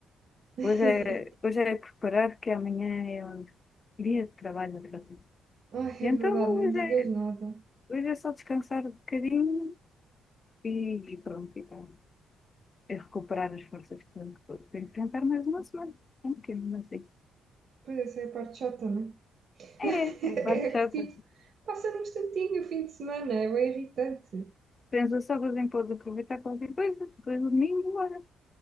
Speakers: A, on the right (about 55°); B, on the left (about 35°).
A: <laughs>
B: hoje, é, hoje é preparar que amanhã é um dia de trabalho outra vez.
A: Ai,
B: E
A: é
B: então,
A: verdade, não
B: hoje
A: me digas
B: é,
A: nada.
B: hoje é só descansar um bocadinho e, e pronto, e então, é recuperar as forças que tenho que tenho que enfrentar mais uma semana. É um bocadinho assim.
A: Pois essa é a parte chata, não é? <laughs>
B: É, é bate
A: É
B: chata.
A: que tipo, passa num instantinho o fim de semana, é bem irritante.
B: Pensa só que os Zinho aproveitar qualquer coisa. Depois o domingo, bora.